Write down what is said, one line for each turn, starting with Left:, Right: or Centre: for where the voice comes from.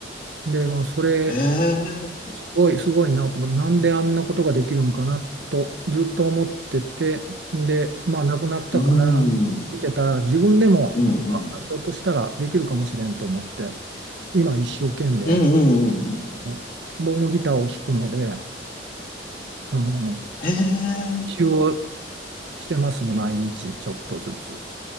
Right: でまあそれ
Left: へえ。
Right: すごいすごいなと思うなんであんなことができるんかなとずっと思っててでまあ亡くなったから見てたら自分でもなんかひょっとしたらできるかもしれんと思って
Left: うーん。うん、うん。
Right: 今一生懸命
Left: うん、うん、うん。うん
Right: ボん僕もギターを弾くのでその
Left: へえ。
Right: 練習をしてますね毎日ちょっとずつ。